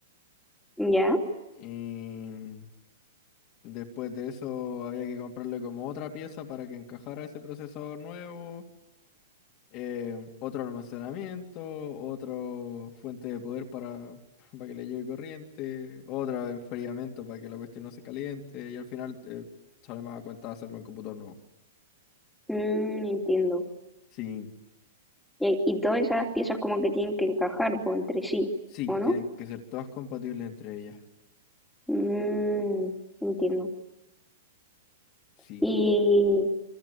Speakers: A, in the centre; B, on the left (about 40°).
A: ¿Ya?
B: Y después de eso había que comprarle como otra pieza para que encajara ese procesador nuevo, eh, otro almacenamiento, otra fuente de poder para, <laughs> para que le llegue corriente, otro enfriamiento para que la cuestión no se caliente y al final eh, sale más a cuenta hacerme un computador nuevo.
A: Mm, entiendo.
B: Sí,
A: Y, y todas esas piezas como que tienen que encajar po, entre sí,
B: sí,
A: ¿o no?
B: tienen que ser todas compatibles entre ellas.
A: Mm, entiendo.
B: Sí.
A: ¿Y